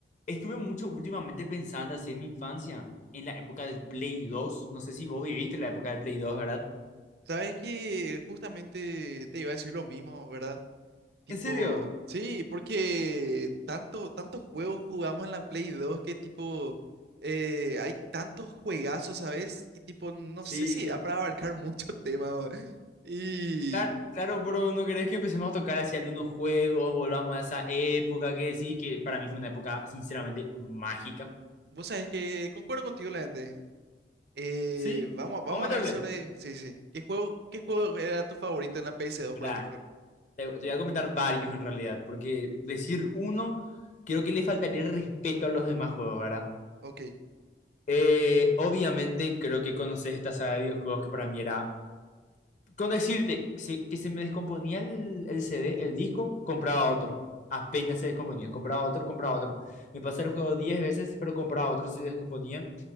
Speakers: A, on the left; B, on the right.
A: Estuve mucho últimamente pensando así en mi infancia, en la época del Play dos No sé si vos viviste la época del Play dos ¿verdad?
B: Sabes que justamente te iba a decir lo mismo, ¿verdad? Tipo,
A: ¿En serio?
B: sí, porque tanto, tantos juegos jugamos en la Play 2 que tipo, eh, hay tantos juegazos, ¿sabes? Y tipo, no
A: Sí,
B: sé si da para abarcar mucho <laughs> tema. bro. Y
A: Claro, claro, pero no querés que empecemos a tocar hacia algunos juegos, volvamos a esa época que sí, que para mí fue una época sinceramente mágica.
B: vos sabés que concuerdo contigo, la gente. Eh,
A: sí,
B: vamos, vamos
A: vamos a
B: a hablar
A: meterle.
B: sobre, sí, sí. ¿Qué juego, qué juego era tu favorito en la ps dos,
A: Mira,
B: por ejemplo?
A: te, te voy a comentar varios en realidad, porque decir uno, creo que le faltaría el respeto a los demás juegos, ¿verdad?
B: Ok.
A: Eh, obviamente creo que conoces esta saga de videojuegos que para mí era con decirte se- que se me descomponía el, el CD, el disco, compraba otro. Apenas se descomponía, compraba otro, compraba otro. Me pasé el juego 10 veces, pero compraba otro si se descomponía.